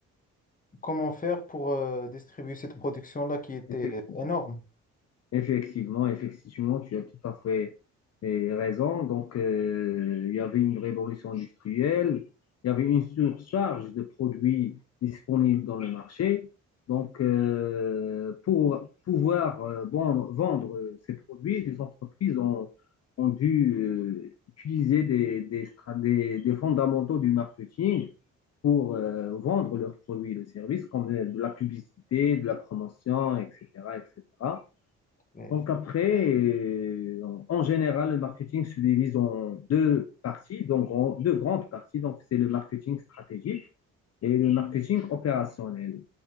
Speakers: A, on the left; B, on the left.
A: Comment faire pour euh, distribuer cette production-là qui était
B: effectivement.
A: énorme?
B: Effectivement, effectivement, tu as tout à fait eh, raison. Donc, euh, il y avait une révolution industrielle, il y avait une surcharge de produits disponibles dans le marché. Donc, euh, pour pouvoir euh, bon- vendre euh, ces produits, les entreprises ont, ont dû euh, utiliser des, des, stra- des- des fondamentaux du marketing pour euh, vendre leurs produits et leurs services, comme euh, de la publicité, de la promotion, etc., etc.
A: Mais-
B: Donc après, euh, en général, le marketing se divise en deux parties, donc en deux grandes parties. Donc c'est le marketing stratégique et le marketing opérationnel.